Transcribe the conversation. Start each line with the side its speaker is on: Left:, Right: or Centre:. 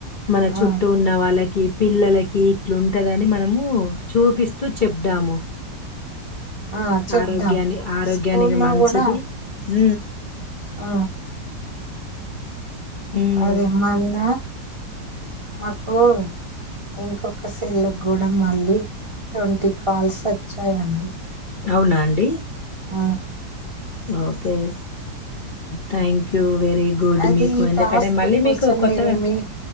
Left: మన చుట్టూ
Right: ఆ
Left: ఉన్న వాళ్ళకి పిల్లలకి ఇట్లుంటదని మనము చూపిస్తూ చెప్దాము
Right: ఆ చెప్దాం
Left: ఆరోగ్యాన్ని ఆరోగ్యానికి
Right: స్కూల్లో
Left: మంచిది
Right: కూడా
Left: ఉ
Right: ఆ
Left: ఉమ్
Right: అదేమ్మ అన్న మాకు ఇంకొక సెల్లు కూడా మళ్ళీ ట్వంటీ కాల్స్ వచ్చాయండి
Left: అవునా అండి
Right: ఆ
Left: ఓకే్యాం థ్యాంక్ యూ వెరీ గుడ్
Right: అది
Left: మీకు
Right: ఈ
Left: ఎందుకంటే
Right: టాస్క్
Left: మళ్ళీ
Right: కోసం
Left: మీకు కొత్త
Right: మీరు మీ